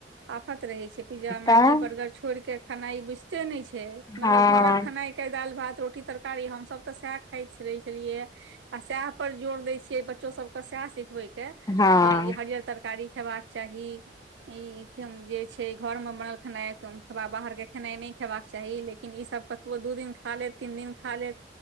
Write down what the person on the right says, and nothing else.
आफत रहे छै पिज्जा, मैगी,
बर्गर छोईड़ के खानाइ बुइझ ते नय छै मतलब
घरक खनाइ केँ दालि भात रोटी तरकारी हमस तऽ सएह खाइत रहे छलियै ये आ सएह पर जोर दय छियै बच्चो सबके सएह सिखबे के
जे ई हरियर तर कारी खेबाक चाही ई जे छै घर मऽ बनल खेनाय कम खेबाई बाहर केँ खेनाइ नय खेबाक चाही लेकिन ई सब कतबो दू दिन खा लेत तीन दिन खा लेत